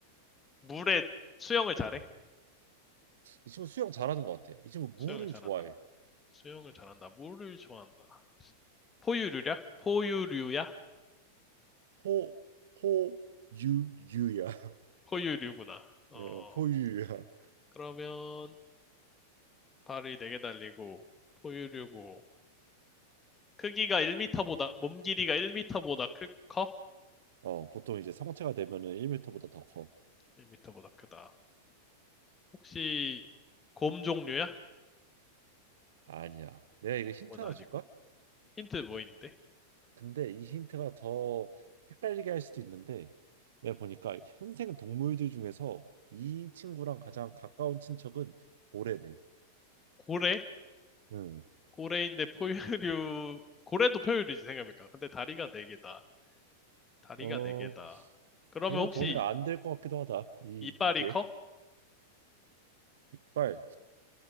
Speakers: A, on the left (about 20°); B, on the right (about 60°).
A: 물에 수영을 잘해?
B: 이 친구 수영 잘하는 것 같아. 이 친구
A: 수영을
B: 물을
A: 잘한다.
B: 좋아해.
A: 수영을 잘한다. 물을 좋아한다. 포유류야? 포유류야?
B: 포, 포, 유, 유야. <laughs>
A: 포유류구나. 어,
B: 예, 포유야.
A: 그러면 발이 네 개 달리고 포유류고 크기가 1m보다 몸 길이가 1m보다 크, 커?
B: 어, 보통 이제 성체가 되면은 1m보다 더 커.
A: 1m보다 크다. 혹시 곰 종류야?
B: 아니야. 내가 이거
A: 곰은
B: 힌트 하나
A: 아니고.
B: 줄까?
A: 힌트 뭐 있는데?
B: 근데 이 힌트가 더 헷갈리게 할 수도 있는데 내가 보니까 현생 동물들 중에서 이 친구랑 가장 가까운 친척은 고래래.
A: 고래?
B: 응.
A: 고래인데 포유류, 고래도 포유류지 생각해보니까. 근데 다리가 네 개다. 다리가
B: 어,
A: 네 개다. 그러면
B: 별로
A: 혹시
B: 도움이 안 될 것 같기도 하다. 이
A: 이빨이
B: 이게
A: 커?
B: 이빨